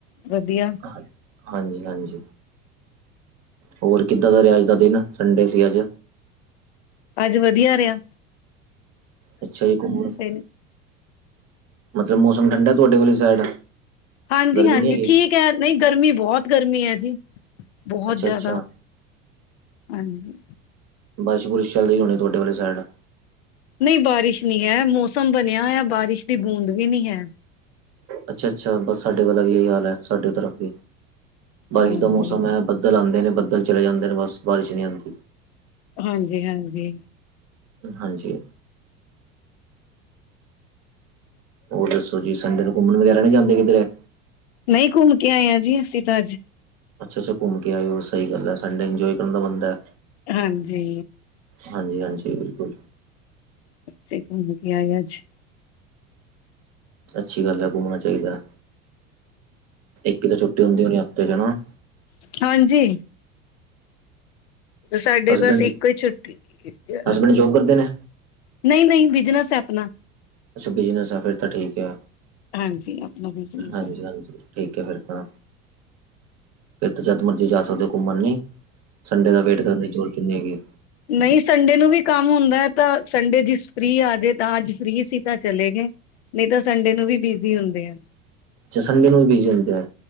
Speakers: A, on the left (about 55°); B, on the right (about 40°).
A: ਵਧੀਆ।
B: ਹਾਂ, ਹਾਂਜੀ-ਹਾਂਜੀ। ਹੋਰ, ਕਿੱਦਾਂ ਦਾ ਰੇਆ ਅਜ ਦਾ ਦਿਨ? ਸੰਡੇ ਸੀ ਅੱਜ।
A: ਅੱਜ ਵਦੀਆ ਰੇਆ।
B: ਅੱਛਾ ਜੀ, ਘੁੰਮਣ?
A: ਨੀ
B: ਮਤਲਬ ਮੌਸਮ ਠੰਡਾ ਤੁਹਾਡੇ ਵਾਲੀ ਸਾਈਡ।
A: ਹਾਂਜੀ-ਹਾਂਜੀ,
B: ਗਰਮੀ ਨੀ ਹੈਗੀ
A: ਠੀਕ ਐ, ਨਈ ਗਰਮੀ ਬੋਤ ਗਰਮੀ ਐ ਜੀ। ਬੋਹਤ
B: ਅੱਛਾ ਅੱਛਾ
A: ਜਾਦਾ, ਹਾਂਜੀ।
B: ਬਾਰਸ਼- ਬੁਰਸ਼ ਚੱਲਦੀ ਹੋਨੀ ਤੁਹਾਡੇ ਵਾਲੇ ਸਾਈਡ।
A: ਨਈ ਬਾਰਿਸ਼ ਨੀ ਐ, ਮੌਸਮ ਬਨਿਆ ਹੋਇਐ, ਬਾਰਿਸ਼ ਦੀ ਬੂੰਦ ਵੀ ਨੀ ਐ।
B: ਅੱਛਾ-ਅੱਛਾ, ਬਸ ਸਾਡੇ ਵਾਲਾ ਵੀ ਏਈ ਹਾਲ ਹੈ ਸਾਡੇ ਤਰਫ, ਬਾਰਿਸ਼
A: ਹਾਂਜੀ
B: ਦਾ ਮੌਸਮ ਹੈ ਬਸ। ਬੱਦਲ ਆਦੇਂ ਨੇ, ਬੱਦਲ ਚਲੇ ਜਾਂਦੇ ਨੇ, ਬਸ ਬਾਰਿਸ਼ ਨੀ ਆਂਦੀ।
A: ਹਾਂਜੀ-ਹਾਂਜੀ।
B: ਹਾਂਜੀ। ਹੋਰ ਦੱਸੋ ਜੀ, ਸੰਡੇ ਨੂੰ ਘੁੰਮਨ ਵਗੈਰਾ ਨੀ ਜਾਂਦੇ ਕਿਧਰੇ?
A: ਨਈ ਘੁੰਮ ਕੇ ਆਏ ਆ ਜੀ, ਅਸੀਂ ਤਾਂ ਅੱਜ।
B: ਅੱਛਾ -ਅੱਛਾ ਘੁੰਮ ਕੇ ਆਏ ਓ, ਸਹੀ ਗੱਲ ਐ, ਸੰਡੇ ਇੰਜੋਏ ਕਰਨ ਦਾ ਬੰਨਦੈ।
A: ਹਾਂਜੀ।
B: ਹਾਂਜੀ-ਹਾਂਜੀ, ਬਿਲਕੁਲ।
A: ਕਿਥੇ ਘੁੰਮ ਕੇ ਆਏ ਅੱਜ?
B: ਅੱਛੀ ਗੱਲ ਐ, ਘੁੰਮਨਾ ਚਾਈਦਾ। ਇੱਕ ਈ ਤਾਂ ਛੁੱਟੀ ਹੁੰਦੀ ਹੋਨੀ ਹਫ਼ਤੇ 'ਚ ਹੈਨਾ?
A: ਹਾਂਜੀ। ਸਾਡੇ
B: ਹਸਬੈਂਡ
A: ਬਸ ਇੱਕੋ ਈ ਛੁੱਟੀ, ਹੈ।
B: ਹਸਬੈਂਡ ਜੋਬ ਕਰਦੇ ਨੇ
A: ਨਈ-ਨਈ, ਬਿਜਨਸ ਐ ਅਪਨਾ।
B: ਅੱਛਾ ਬਿਜਨਸ ਐ, ਫਿਰ ਤਾਂ ਠੀਕ ਐ।
A: ਹਾਂਜੀ ਆਪਣਾ ਬਿਜਨਸ
B: ਹਾਂਜੀ-ਹਾਂਜੀ।
A: ਹੈ।
B: ਠੀਕ ਐ ਫਿਰ ਤਾਂ, ਫਿਰ ਤਾਂ ਜਦ ਮਰਜੀ ਜਾ ਓਦੋਂ ਘੁੰਮਨ ਲਈ, ਸੰਡੇ ਦਾ ਵੇਟ ਕਰਨ ਜ਼ਰੂਰਤ ਨੀ ਹੈਗੀ।
A: ਨਈ ਸੰਡੇ ਨੂੰ ਵੀ ਕੰਮ ਹੁੰਦਾ। ਤਾਂ ਸੰਡੇ ਜਿਸ ਫਰੀ ਆ ਜੇ, ਤਾਂ ਅੱਜ ਫ੍ਰੀ ਸੀ ਤਾਂ ਚਲੇ ਗਏ। ਨਈ, ਤਾਂ ਸੰਡੇ ਨੂੰ ਵੀ ਬਿਜ਼ੀ ਹੁੰਦੇ ਆ।
B: ਅੱਛਾ, ਸੰਡੇ ਨੂੰ ਵੀ ਬਿਜ਼ੀ ਹੁੰਦੇ ਆ,